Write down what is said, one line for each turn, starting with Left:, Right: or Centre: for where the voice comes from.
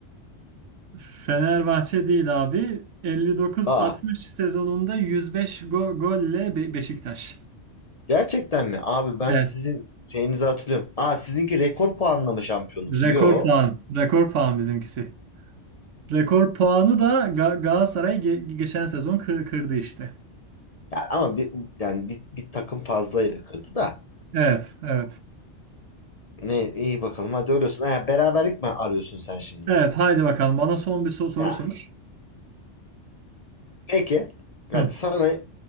Right: Fenerbahçe değil abi. 59-60
Left: Aa
Right: sezonunda 105 go- golle Be- Beşiktaş.
Left: gerçekten mi? Abi ben
Right: Evet.
Left: sizin şeyinizi hatırlıyorum. Aa sizinki rekor puanla mı şampiyonluktu?
Right: Rekor
Left: Yo.
Right: puan. Rekor puan bizimkisi. Rekor puanı da Ga- Galatasaray ge- geçen sezon kı- kırdı işte.
Left: Ya ama bir, yani bir, bir takım fazlayla kırdı da.
Right: Evet, evet.
Left: Ne iyi bakalım hadi öyle olsun. Ha, beraberlik mi arıyorsun sen şimdi?
Right: Evet, haydi bakalım. Bana son bir so- soru
Left: Ya
Right: sor.
Left: peki. Hadi
Right: Hı,
Left: sana